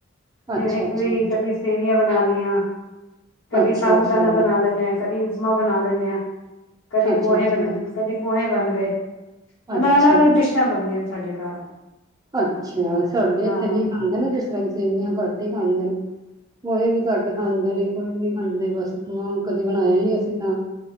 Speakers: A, on the left; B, on the right.
A: ਜਿਵੇਂ
B: ਅੱਛਾ-ਅੱਛਾ,
A: ਕੋਈ ਕਦੀ ਸੇਵੀਆਂ ਬਣਾ ਲਈਆਂ ਕਦੇ
B: ਅੱਛਾ-ਅੱਛਾ,
A: ਸਾਬੂਦਾਨਾ ਬਣਾ ਲੈਂਨੇ ਹ ਕਦੀ ਉਪਮਾ ਬਣਾ ਦਿੰਦੇ ਹਾਂ ਕਦੇ
B: ਅੱਛਾ-ਅੱਛਾ,
A: ਪੋਹੇ ਬ ਕਦੀ ਪੋਹੇ ਬਣ ਗਏ ਮਤਲਬ
B: ਅੱਛਾ।
A: ਅਲੱਗ, ਅਲੱਗ ਡਿਸ਼ਾਂ ਬਣਦੀਆਂ ਸਾਡੇ ਘਰ
B: ਅੱਛਾ ਸਾਹਾਡੇ
A: ਹਾਂ
B: ਇੱਥੇ ਨਹੀਂ ਖਾਂਦੇ ਨਾ ਜਿਸ ਤਰ੍ਹਾਂ ਕਿਸ ਸੇਵੀਆਂ ਕਟ ਹੀ ਖਾਂਦੇ ਨੇ ਉਹੇ ਵੀ ਘੱਟ ਖਾਂਦੇ ਨੇ ਕੋਈ ਵੀ ਨਹੀਂ ਖਾਂਦੇ ਬਸ ਆਪ ਕਦੇ ਬਣਾਇਆ ਹੀ ਨਹੀਂ ਅਸੀਂ ਤਾਂ